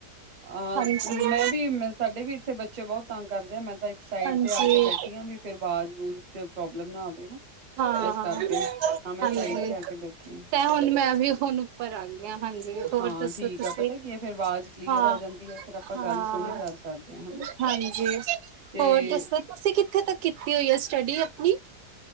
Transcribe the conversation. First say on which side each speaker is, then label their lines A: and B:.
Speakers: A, on the right; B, on the right.
A: ਹਾਂ
B: ਹਾਂਜੀ।
A: ਮੈਂ ਵੀ ਸਾਡੇ ਵੀ ਇੱਥੇ ਬਚ ਬੱਚੇ ਬਹੁਤ ਤੰਗ ਕਰਦੇ ਆ। ਮੈਂ ਤਾਂ ਇੱਕ ਸਾਈਡ
B: ਹਾਂਜੀ।
A: ਤੇ ਆ ਕੇ ਬੈਠੀ ਆ ਵੀ ਫਿਰ ਆਵਾਜ਼ ਪ੍ਰੋਬਲਮ ਨਾ ਆਵੇ ਨਾ।
B: ਹਾਂ,
A: ਇਸ ਕਰਕੇ ਹਾਂ ਮੈਂ
B: ਹਾਂਜੀ।
A: ਸਾਈਡ ਚ ਆ ਕੇ ਬੈਠੀ ਹਾਂ।
B: ਤੇ ਹੁਣ ਮੈਂ ਵੀ ਹੁਣ ਉੱਪਰ ਆ ਗਈ ਆ ਹਾਂਜੀ ਹੋਰ
A: ਹਾਂ
B: ਦੱਸੋ
A: ਠੀਕ
B: ਤੁਸੀਂ?
A: ਆ ਪਤਾ ਕੀ ਹੈ ਫਿਰ ਆਵਾਜ਼ ਕਲੀਅਰ
B: ਹਾਂ,
A: ਆ ਜਾਂਦੀ ਆ ਫਿਰ ਆਪਾਂ
B: ਹਾਂ
A: ਗੱਲ ਸੋਹਣੀ ਕਰ ਸਕਦੇ ਹ ਹਨਾ
B: ਹਾਂਜੀ,
A: ਤੇ
B: ਹੋਰ ਦੱਸੋ ਤੁਸੀਂ ਕਿੱਥੇ ਤੱਕ ਕੀਤੀ ਹੋਈ ਆ ਸਟੱਡੀ ਆਪਣੀ?